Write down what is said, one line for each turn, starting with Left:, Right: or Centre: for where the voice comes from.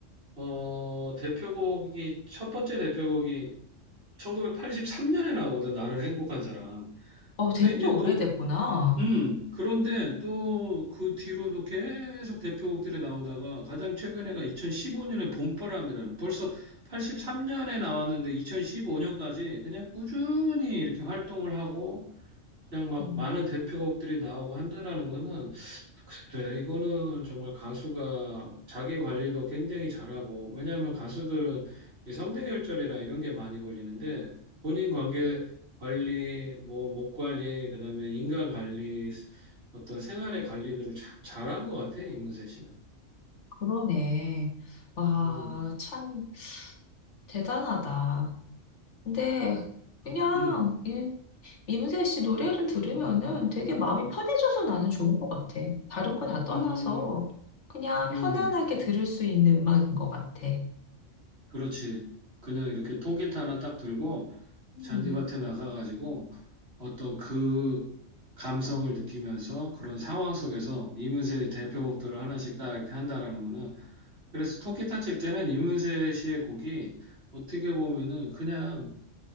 Right: 어, 대표곡이, 첫 번째 대표곡이 1983년에 나오거든, 나는 행복한 사람.
Left: 어,
Right: 근데
Left: 된지
Right: 이제
Left: 오래됐구나.
Right: 또, 음, 그런데 또 그 뒤로도 계속 대표곡들이 나오다가 가장 최근에가 2015년에 봄바람이라는 벌써 83년에 나왔는데 2015년까지 그냥 꾸준히 이렇게 활동을 하고 그냥 막
Left: 음,
Right: 많은 대표곡들이 나오고 한다라는 거는 그래, 이거는 정말 가수가 자기 관리도 굉장히 잘하고, 왜냐하면 가수들은 이 성대결절이랑 이런 게 많이 걸리는데, 본인 관계 관리, 뭐, 목 관리, 그다음에 인간 관리, 어떤 생활의 관리들을 참 잘한 것 같아, 이문세 씨는.
Left: 그러네. 와,
Right: 음,
Left: 참 대단하다. 근데 그냥
Right: 음,
Left: 이, 이문세 씨 노래를 들으면은 되게 마음이 편해져서 나는 좋은 것 같아. 다른 거 다 떠나서
Right: 음,
Left: 그냥
Right: 음.
Left: 편안하게 들을 수 있는 음악인 것 같아.
Right: 그렇지. 그냥 이렇게 통기타 하나 딱 들고
Left: 음,
Right: 잔디밭에 나가가지고 어떤 그 감성을 느끼면서 그런 상황 속에서 이문세의 대표곡들을 하나씩 딱 이렇게 한다라는 거는 그래서 통기타 칠 때는 이문세 씨의 곡이 어떻게 보면은 그냥